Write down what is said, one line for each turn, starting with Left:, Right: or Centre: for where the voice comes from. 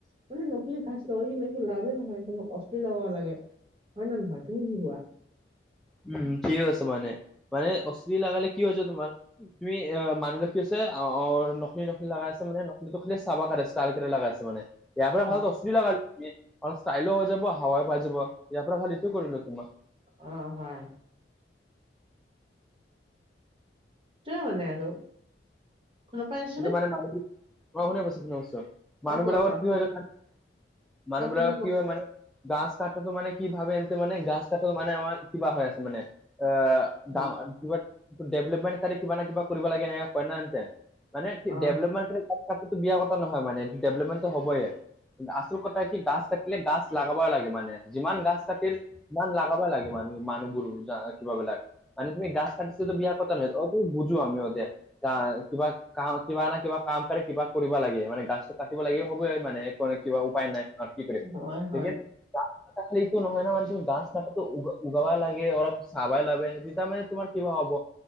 Right: <unintelligible> নকলি ঘাছ লগালে মানে লাভে নহয় <unintelligible> অচলী লগাবা লাগে। হয় নে নহয়, তুমি কি কোৱা?
Centre: উম, ঠিক কৈছে মানে, মানে অচলী লাগালে কি হয় যে তোমাৰ তুমি অ' মানুহবিলাক কি হৈছে অ' নকলি, নকলি লাগাই আছে মানে নকলিটো খালি চাবা কাৰণে ষ্টাৰ <unintelligible> লাগাই আছে মানে। ইয়াৰ পৰা
Right: অ
Centre: ভাল দচলী লগাই লবি অলপ ষ্টাইল হৈ যাব, হাৱাই পাই যাব ইয়াৰ পৰা ভাল এইটো কৰিলোঁ তোমাক।
Right: অ' হয়। <unintelligible> মানে আৰু। শুনা পাই আছানে?
Centre: <unintelligible> অ'শুনা পাইছোঁ, শুনা পাইছোঁ অ'। মানুহ
Right: কোৱা
Centre: বিলাকৰ
Right: কোৱা
Centre: কি হয় জানা <inaudible>
Right: কোৱা
Centre: মানুহ বিলাকৰ
Right: তুমি কোৱা
Centre: কি হয় মানে গাছ কাটাটো মানে কি ভাবে, এনতে মানে গাছ কাটাটো মানে আমাৰ কিবা হৈ আছে মানে <unintelligible>
Right: উম,
Centre: ডাঙৰ কিব <unintelligible> ডেভলপমেণ্ট কাৰণে কিবা না কিবা কৰিব লাগে এনেকা কয় না এনতে মানে
Right: অ
Centre: ডেভলপমেন্টখিনি <unintelligible> বিয়া কথা নহয় মানে ডেভলপমেন্টটো হ'বয়ে। আচল কথা কি গাছ কাটিলে গাছ লাগাবা লাগে মানে যিমান গাছ কাটিল ইমান লাগাবা লাগে মানুহ-মানুহবোৰো কিবাবিলাক মানে তুমি গাছ বিয়া কথা নহয় অ বুজো আমি অতে কিবা কিবা নহয় কিবা না কিবা কাম কৰে কিবা কৰিব লাগে মানে গাছটো কাটিব লাগে হ'ব মানে এক কিবা উপায় নাই কি‌ কৰি আছে
Right: হয়
Centre: দিগেন
Right: হয়
Centre: গাছ কাটা এইটো নহয় ন গাছ কাটাটো উ উগালা লাগে অলপ চাবাই লাগে তেতিয়া মানে তোমাৰ কিবা হ'ব।